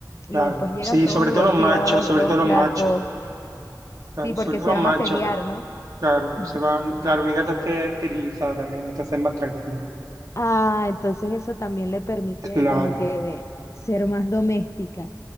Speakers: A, on the left (about 40°); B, on the right (about 55°).
A: y
B: Claro,
A: después llegan
B: sí,
A: todos
B: sobre
A: golpeados,
B: todo los machos, sobre
A: todos
B: todo los
A: flacos.
B: machos, claro,
A: Sí, porque
B: sobre todo
A: se
B: los
A: van
B: machos.
A: a pelear, ¿no?
B: Claro,
A: <laughs>
B: se va, claro, mi gata está esterilizada también, entonces es más tranquila.
A: Ah, entonces eso también le permite de
B: Claro,
A: como que ser más doméstica.